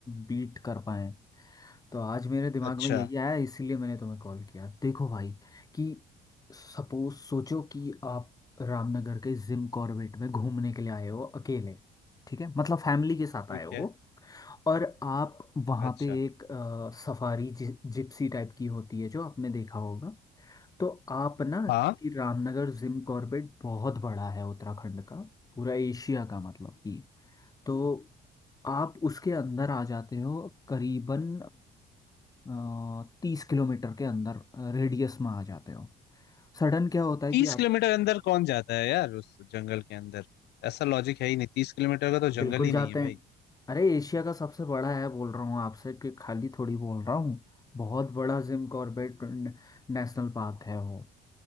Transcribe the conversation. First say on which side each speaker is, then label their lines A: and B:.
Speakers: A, on the left; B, on the left.
A: बीट कर पाए तो आज मेरे दिमाग
B: अच्छा
A: में यही आया इसीलिए मैंने तुम्हें कॉल किया देखो भाई कि सपोज सोचो कि आप रामनगर के जिम कॉर्बेट में घूमने के लिए आए हो अकेले ठीक है मतलब फैमिली के साथ
B: ठीक
A: आए हो
B: है
A: और आप वहाँ
B: अच्छा
A: पे एक अ, सफारी जि, जिप्सी टाइप की होती है जो आपने देखा होगा तो आप ना
B: हाँ
A: क्योंकि रामनगर जिम कॉर्बेट बहुत बड़ा है उत्तराखंड का पूरा एशिया का मतलब कि तो आप उसके अंदर आ जाते हो करीबन आ, तीस किलोमीटर के अंदर रेडियस में आ जाते हो सडन क्या होता है
B: तीस
A: कि आप
B: किलोमीटर अंदर कौन जाता है यार उस जंगल के अंदर ऐसा लॉजिक है ही नहीं तीस किलोमीटर का तो
A: बिल्कुल
B: जंगल ही
A: जाते
B: नहीं है
A: हैं
B: भाई
A: अरे एशिया का सबसे बड़ा है बोल रहा हूँ आपसे कि खाली थोड़ी बोल रहा हूँ बहुत बड़ा जिम कॉर्बेट नेशनल पार्क है वो